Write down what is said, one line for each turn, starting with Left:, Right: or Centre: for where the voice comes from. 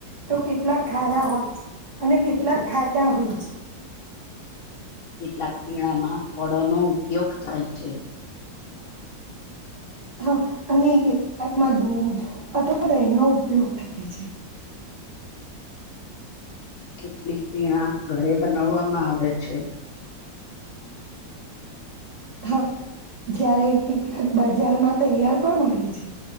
Right: તો કેટલાક ખારા હોય છે અને કેટલાક ખાટા હો છે
Left: <unintelligible> કેટલાક પીણામાં ફળોનો ઉપયોગ થાય છે
Right: બ <unintelligible>
Left: હ <unintelligible>
Right: હા અને કેટલાકમાં દૂધ અથવા દહીનો ઉપયોગ થાય છે
Left: કેટલીક પીણા ઘરે બનાવવામાં આવે છે <unintelligible>
Right: હા જારે કેટલાક બજારમાં તૈયાર પણ મળે છે